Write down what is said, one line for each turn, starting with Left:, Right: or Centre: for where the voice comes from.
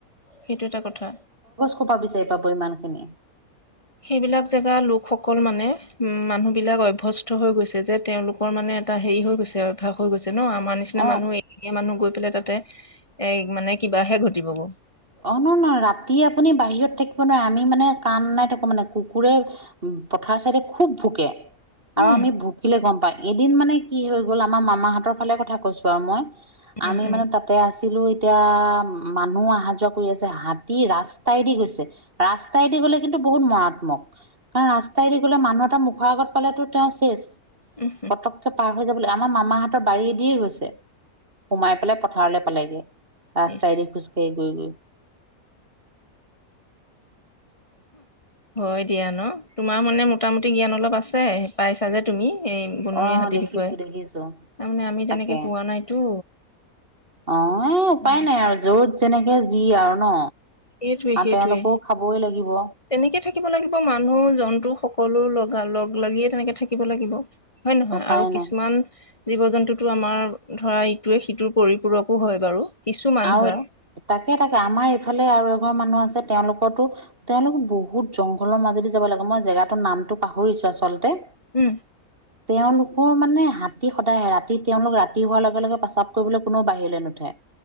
Left: সেইটো এটা কথা।
Right: কৰ পৰা বিচাৰি পাব ইমান খিনি।
Left: সেইবিলাক জেগা লোকসকল মানে উ মানুহ বিলাক অভ্স্ত হৈ গৈছে যে তেওঁলোকৰ মানে এটা হেৰি হৈ গৈছে উভ্যাস হৈ গৈছে। ন আমাৰ নিচিনা
Right: অ'।
Left: মানুহ এইখিনিয়ে মানুহ গৈ পেলাই তাতে এ মানে কিবাহে ঘটিব গৈ।
Right: অ' ন ন ৰাতি আপুনি বাহিৰত থাকিব নোৱাৰে আমি মানে কাণ নাই <unintelligible> মানে কুকুৰে পথাৰ চাইডে খুব ভুকে। আৰু
Left: উম
Right: আমি ভুকিলে গম পাম এদিন মানে কি হৈ গ'ল আমাৰ মামাহঁতৰ ফালে কথা কৈছো আৰু মই
Left: উম
Right: আমি
Left: উম
Right: মানে তাতে আছিলো এতিয়া মানুহ আহা কৰি আছে হাতী ৰাস্তাই দি গৈছে ৰাস্তাইদি গ'লে কিন্তু বহুত মাৰাত্মক কাৰণ ৰা আতৰাই দি পেলে মানুহ এটা মোখৰ আগত পেলাই ঠয় তেও ছেছ
Left: উম
Right: পতককে পাৰ হয় জাব আমাৰ মামাহঁতৰ বাৰীদিয়ে গৈছে সোমাই পেলাই পথাৰলৈ পালেগে। ৰাস্তাই
Left: ইচ
Right: দি খোজ কাঢ়ি গয়-গয়।
Left: হয় দিয়া ন তোমাৰ মানে মোটামুটি জ্ঞান অলপ আছে পাইছা যে তুমি। এই বনৰীয়া
Right: অ',
Left: হাতীৰ
Right: দেখিছো
Left: বিষয়ে
Right: দেখিছো
Left: তাৰমানে আমি
Right: তাকে
Left: তেনেকে পোৱা নাইতো।
Right: অ' উপায়
Left: অ'।
Right: নাই আৰু যত যেনেকে কি আৰু ন
Left: সেইটোৱে
Right: আৰু
Left: সেইটোৱে।
Right: তেওঁলোকেও খাবই লাগিব।
Left: তেনেকে থাকিব লাগিব মানুহ জন্তু সকলো লগা লগ লাগিয়ে তেনেকে থাকিব লাগিব। হয় নহয়
Right: উপায়
Left: আৰু কিছুমান
Right: নাই
Left: জীৱ জন্তুটো আমাৰ ধৰা ইটোৱে সিটোৰ পৰিপূৰকো হয় বাৰু। কিছুমান
Right: আৰু
Left: ধৰা।
Right: তাকে তাকে আমাৰ ইফালে আৰু এঘৰ মানুহ আছে তেওঁলোকৰো তেওঁলোক বহুত জংঘলৰ মাজেদি যাব লাগে মই জেগাৰ নামটো পাহৰিছো আচলতে।
Left: উম।
Right: তেওঁলোকৰ মানে হাতী সদায়ে ৰাতি তেওঁলোক ৰাতি হোৱাৰ লগে লগে পেচাপ কৰিবলৈ কোনেও বাহিৰলৈ নুঠে।